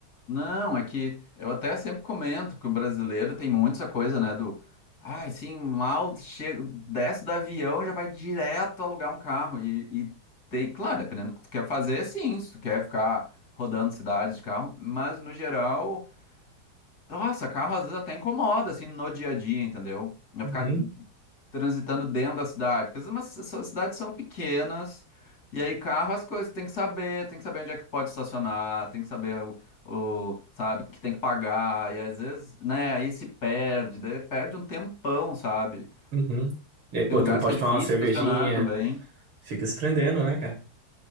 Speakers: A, on the left (about 45°); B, on the right (about 70°).
A: Não, é que eu até sempre comento que o brasileiro tem muito essa coisa, né, do, ai, sim, mal chega, desce do avião, já vai direto alugar um carro e, e tem, claro, dependendo do que tu quer fazer, sim, se tu quer ficar rodando cidades de carro, mas no geral nossa, carro às vezes até incomoda, assim, no dia a dia, entendeu? Vai
B: Uhum,
A: ficar transitando dentro da cidade, porque às vezes umas- as cidades são pequenas, e aí carro as coisas, tem que saber, tem que saber onde é que pode estacionar, tem que saber o, o, sabe, que tem que pagar, e às vezes, né, aí se perde, daí perde um tempão, sabe?
B: uhum. E aí, pô,
A: Tem lugares
B: tu não pode
A: que é difícil
B: tomar uma cervejinha,
A: estacionar também.
B: fica se prendendo, né, cara?